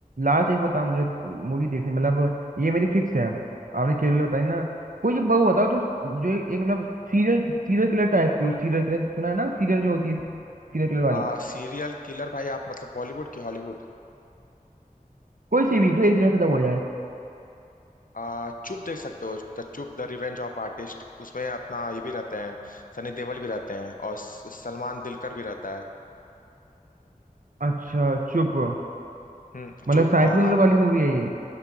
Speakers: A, on the right (about 65°); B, on the left (about 65°).
A: लास्ट एक बताओ मुझे मूवी देखनी मतलब ये मेरी फिक्स है आपने केवल बताई ना कोई एक वो बताओ जो जो एक एक मतलब सीरियल सीरियल किलर टाइप की हो सीरियल किलर सुना है ना सीरियल जो होती है सीरियल किलर वाली
B: आ, सीरियल किलर भाई आप मतलब बॉलीवुड की हॉलीवुड
A: कोई सी भी जो एक दिन में खत्म हो जाए
B: आ, चुप देख सकते हो the Chup the revenge of artist उसमें अपना ये भी रहते हैं सनी देओल भी रहते हैं और स- सलमान दिलकर भी रहता है
A: अच्छा चुप
B: हम्म
A: मतलब
B: चुप
A: साइंस
B: और
A: फिक्शन
B: आप
A: वाली मूवी है ये